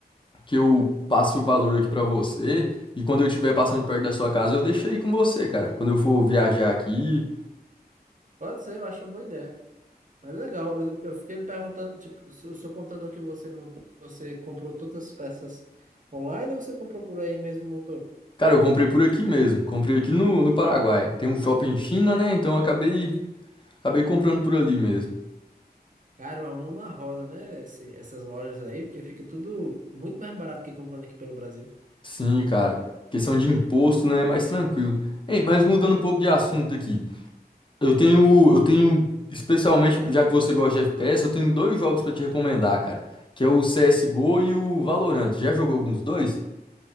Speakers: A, on the left (about 30°); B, on the right (about 50°).
A: que eu passe o valor aqui pra você, e quando eu estiver passando perto da sua casa, eu deixo aí com você, cara. Quando eu for viajar aqui.
B: Pode ser, eu acho uma boa ideia. Mas legal, eu, eu fiquei me perguntando, tipo, se o seu computador que você montou, você comprou todas as peças online ou você comprou por aí mesmo e montou?
A: Cara, eu comprei por aqui mesmo. Comprei aqui no, no Paraguai. Tem um shopping em China, né? Então eu acabei, acabei comprando por ali mesmo.
B: Cara, uma mão na roda, né? Esse- essas lojas aí, porque fica tudo muito mais barato que comprando aqui pelo Brasil.
A: Sim, cara. Questão de imposto, né, é mais tranquilo. Ei, mas mudando um pouco de assunto aqui. Eu tenho, eu tenho, especialmente já que você gosta de FPS, eu tenho dois jogos pra te recomendar, cara, que é o CS:GO e o Valorant. Já jogou alguns dois?